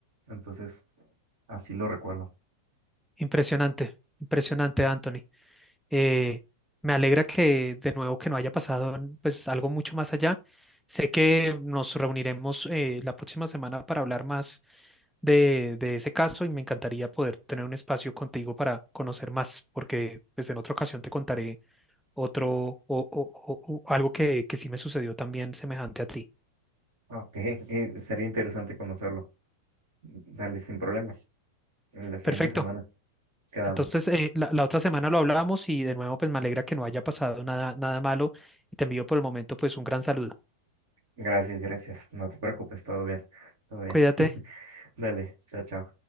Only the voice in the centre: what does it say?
Impresionante, impresionante, Anthony. Eh, me alegra que de nuevo que no haya pasado mm, pues algo mucho más allá. Sé que nos reuniremos eh, la próxima semana para hablar más de, de ese caso y me encantaría poder tener un espacio contigo para conocer más, porque pues en otra ocasión te contaré otro o, o- o- o algo que, que sí me sucedió también semejante a ti.
Perfecto.
Entonces, eh, la, la otra semana lo hablábamos y de nuevo, pues me alegra que no haya pasado nada, nada malo y te envío por el momento, pues un gran saludo.
Cuídate.